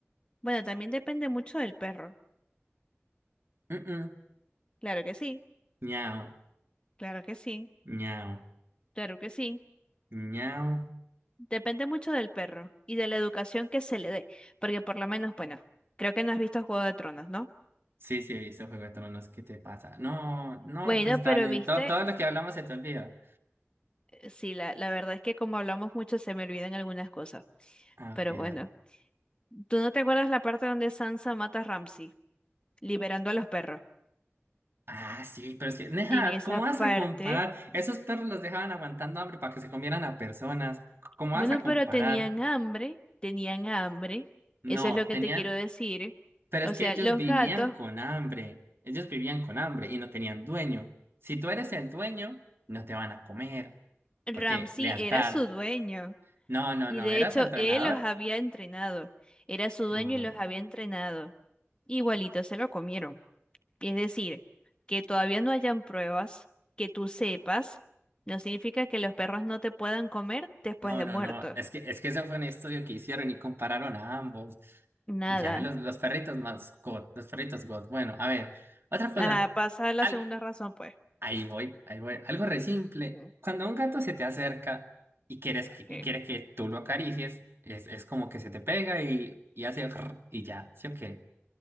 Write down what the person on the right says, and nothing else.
Mm-mm.
Ñao,
ñao,
ñao.
Sí, sí, he visto Juego de Tronos, ¿qué te pasa? No, no,
pues dale,
todo, todo lo que hablamos se te olvida.
Ah,
ok,
dale.
Ah, sí, pero es que, Neja,
¿cómo vas
a comparar? Esos perros los dejaban aguantando hambre para que se comieran a personas. C- ¿Cómo
vas a
comparar?
No,
tenían,
pero
es que
ellos
vivían
con hambre. Ellos vivían con hambre y no tenían dueño. Si tú eres el dueño, no te van a comer.
Porque lealtad.
No, no,
no,
era
su entrenador.
Mm,
No,
no,
no, es que, es que eso fue un estudio que hicieron y compararon a ambos.
Y ya, los, los perritos más God, los perritos God. Bueno, a ver, otra cosa.
Al-
ahí voy, ahí voy. Algo re simple.
Cuando un gato se te acerca y quieres que,
y quiere que tú lo acaricies, es, es como que se te pega y, y hace rrr y ya, ¿sí o qué?